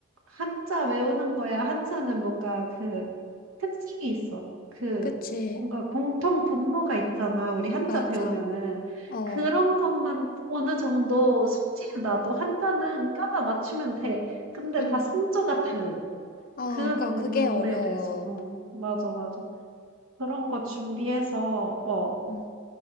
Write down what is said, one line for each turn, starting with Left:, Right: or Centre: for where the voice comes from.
Right: 한자 외우는 거야. 한자는 뭔가 그 특징이 있어. 그
Left: 그치.
Right: 뭔가 공통 분모가 있잖아. 우리 한자
Left: 맞아.
Right: 배우면은
Left: 어,
Right: 그런 것만 어느 정도 숙지에 놔도 한자는 껴다 맞추면 돼. 근데
Left: 응.
Right: 다 성조가 다음.
Left: 아,
Right: 그
Left: 그니까
Right: 부분에
Left: 그게 어려워.
Right: 대해서 어 맞아 맞아. 그런 거 준비해서 어
Left: 응.